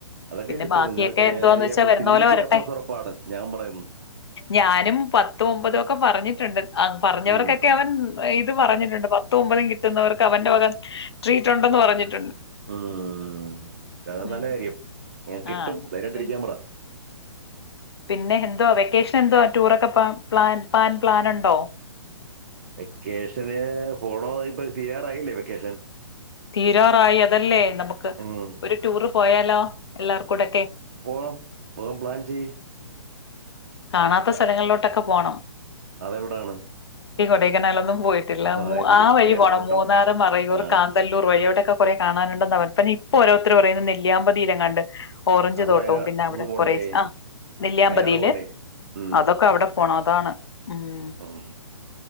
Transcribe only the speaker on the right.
അതൊക്കെ
കിട്ടും..
നിങ്ങളെ കൊണ്ട..
ഹിന്ദിക്ക്
എ പ്ലസ് ഉറപ്പാണ്.. ഞാൻ പറയുന്ന്
ഉം.
ഉം, അങ്ങനെ,
തന്നെയായിരിക്കും.. കിട്ടും..
ധൈര്യയിട്ടിരിക്കാൻ പറ.
വെക്കേഷന് പോണോ ഇപ്പോ തീയാറായില്ലേ വെക്കേഷൻ.
ഉം.
പോവാം പോവാം പ്ലാൻ ചെയ
അതെവിടാണ്
ആ, അത് ശരി
കേരള
ഔട്ടോ
ആ
അത്
വയനാട്
ഇങ്ങ് പോണ്ടേ
വയനാട് പോണ്ടേ ഉം.
ഉം.